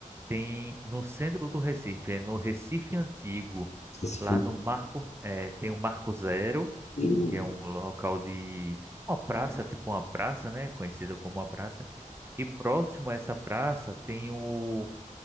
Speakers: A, on the right (about 20°); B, on the left (about 55°).
A: tem no centro do Recife, é no Recife Antigo.
B: esse
A: Lá
B: frevo.
A: no Marco, eh, tem o Marco Zero,
B: Hum.
A: que é um local de uma praça, tipo uma praça, né? Conhecida como uma praça. E próximo a essa praça tem o,